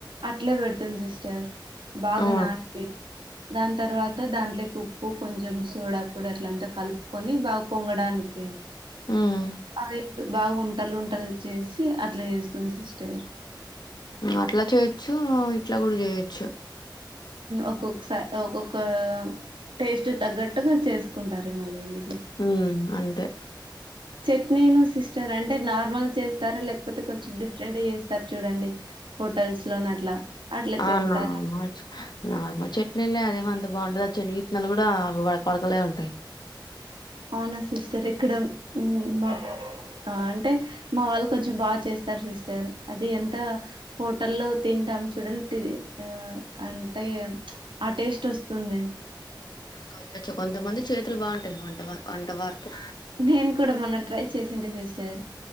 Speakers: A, on the right; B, on the left.
A: అట్లే పెడుతుంది సిస్టర్ బాగా
B: ఆ
A: నానిపి దాని తర్వాత దాంట్లోకి ఉప్పు కొంచెం సోడాపొడి అట్లంతా కలుపుకొని బాగా పొంగడానికి
B: ఉమ్
A: అవి బాగా ఉంటాలుంటలు ఉంటాలుంటలు చేసి అట్లా చేస్తుంది సిస్టర్
B: అట్లా చేయొచ్చు ఇట్లా కూడా చేయొచ్చు
A: ఒక్కొక్కసారి ఒక్కొక్క టేస్ట్ తగ్గట్టుగా చేసుకుంటారే మళ్ళీండి
B: హ అంతే
A: చట్నీను సిస్టర్ అంటే నార్మల్ చేస్తారు లేకపోతే కొంచెం డిఫరెంట్ చేస్తారు చూడండి హోటల్స్ లోని అట్లా అట్లా
B: ఆ
A: చేస్తారా
B: నార్మల్ నార్మల్ చట్నీలే అదేమో అంత బాగుంటదు అ చెనగిత్తనాలు కూడా అవి వడక వడకలే ఉంటాయి.
A: అవునా సిస్టర్ ఇక్కడ మా. ఆ అంటే మా వాళ్ళు కొంచెం బాగా చేస్తారు సిస్టర్ అది ఎంత. హోటల్లో తింటాం చూడండి ఆ అంటే. ఆ టేస్ట్ వస్తుంది.
B: కొంచ కొంతమంది చేతులు బాగుంటాయి వంట వంట వరకు.
A: నేను కూడా మొన్న ట్రై చేసిండే సిస్టర్.